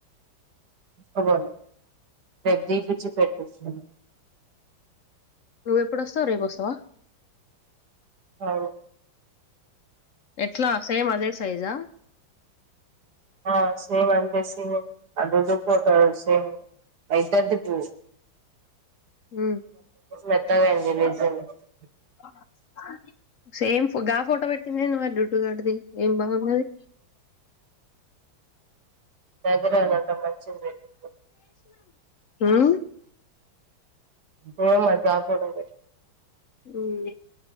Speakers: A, on the right; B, on the left.
A: అవ్వదు ప్రద్దీప్ కి ఇచ్చి పెట్టిస్తా లే
B: నువ్వు ఎప్పుడొస్తవ్ రేపు వస్తావా
A: అవును
B: ఎట్ల సేమ్ అదే సైజా
A: ఆ సేమ్ అంటే సేమ్ అదేదో ఫోటో సేమ్ అయితంది చూడు
B: మ్మ్
A: మెత్తగ అయ్యింది <unintelligible>
B: మ్మ్ సేమ్ గా ఫోటో పెట్టింది ఏంది మరి గొడ్డుగాడిది ఏం బాగున్నది
A: నా దగ్గర నీ అంత మంచివి లేవు
B: మ్మ్
A: పోన్లే అయితే ఆ ఫొటో నే
B: మ్మ్